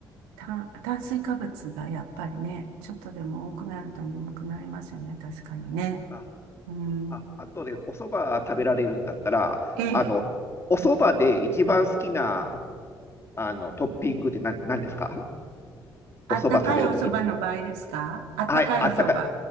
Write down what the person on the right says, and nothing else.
炭炭水化物がやっぱりね、ちょっとでも多くなると眠くなりますよね、確かにね。
うん。
ええ、
あったかいお蕎麦の場合ですかあったかいお蕎麦。